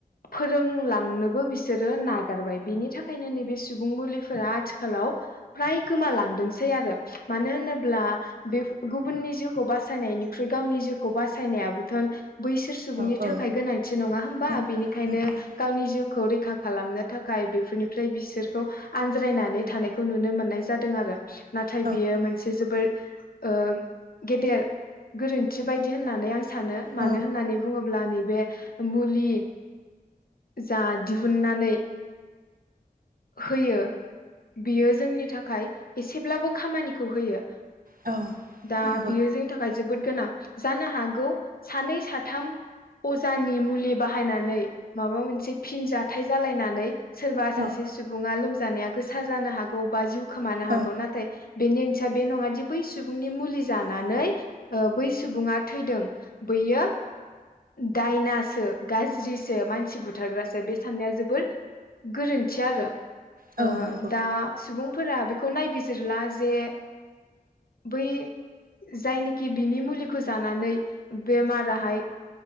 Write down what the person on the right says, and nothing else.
औ
औ
औ नंगौ
औ
औ
औ
नंगौ
औ
औ
औ
औ